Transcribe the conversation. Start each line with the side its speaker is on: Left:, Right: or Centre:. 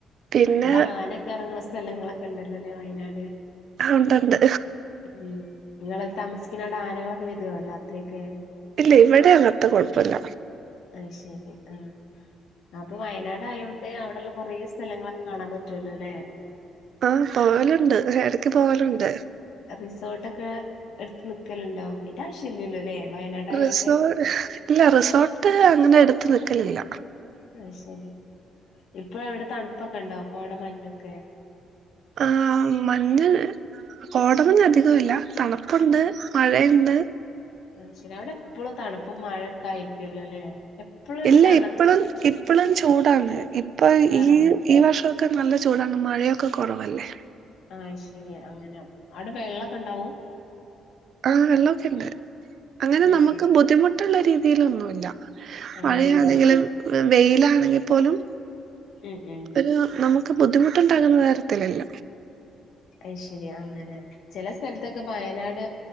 Right: പിന്നെ
Left: അവിടെ ആനൊക്കെ ഇറങ്ങുന്ന സ്ഥലങ്ങളൊക്കെ ഉണ്ടല്ലലേ വഴി നാട്
Right: ഉണ്ടുണ്ട്
Left: ഉം നിങ്ങള താമസിക്കുന്നടെ ആനകളൊക്കെ വരുവോ രാത്രിയൊക്കെ?
Right: ഇല്ല ഇവിടെ അങ്ങനത്തെ കൊഴപ്പ ഇല്ല
Left: അത് ശരി ആഹ് ആപ്പൊ വയനാട് ആയോണ്ട് തേ അവിടെള്ള കുറേ സ്ഥലങ്ങളൊക്കെ കാണാൻ പറ്റുല്ലോ ലേ?
Right: ആഹ് പോവലുണ്ട് ഇടക്ക് പോവലുണ്ട്
Left: റിസോർട്ട ഒക്കെ എടുത്ത് നിക്കലുണ്ടോ അതിന്റൊവശ്യ ഇല്ലല്ലോ ലേ വയനാട് ആയൊണ്ട്
Right: റിസോ ഇല്ല റിസോർട്ട് അങ്ങനെ എടുത്ത് നിക്കലില്ല
Left: അത് ശരി ഇപ്പൊ എവിടെ തണുപ്പൊക്കെ ഇണ്ടോ കോട മഞ്ഞൊക്കെ
Right: ആഹ് മഞ്ഞ് കോടമഞ്ഞ് അധിക ഇല്ല തണുപ്പുണ്ട് മഴയിണ്ട്
Left: അത് ശരി അവടെ എപ്പോഴും തണുപ്പും മഴൊക്കെ ആയിരിക്കല്ലോ ലേ എപ്പഴും ഒരു
Right: ഇല്ല
Left: തണുപ്പ
Right: ഇപ്പളും ഇപ്പളും ചൂടാണ് ഇപ്പ
Left: ആണോ
Right: ഈ ഈ വർഷ ഒക്കെ നല്ല ചൂടാണ് മഴയൊക്കെ കുറവല്ലേ?
Left: ആഹ് അത്ശരി അങ്ങനെ അടെ വെള്ളക്കെ ഇണ്ടാവും
Right: ആഹ് വെള്ളൊക്കെ ഇണ്ട് അങ്ങനെ
Left: അത്
Right: നമക്ക്
Left: ശരി
Right: ബുദ്ധിമുട്ട്ള്ള രീതിയിലൊന്നും ഇല്ല
Left: ആ
Right: മഴയാണെങ്കിലും
Left: ശരി
Right: വെയിലാണെങ്കിൽ പോലും
Left: ഉം ഉം
Right: ഒരു നമുക്ക് ബുദ്ധിമുട്ടുണ്ടാകുന്ന കാര്യത്തിലില്ല
Left: അത് ശരി അങ്ങനെ ചില സ്ഥലത്തൊക്കെ വയനാട്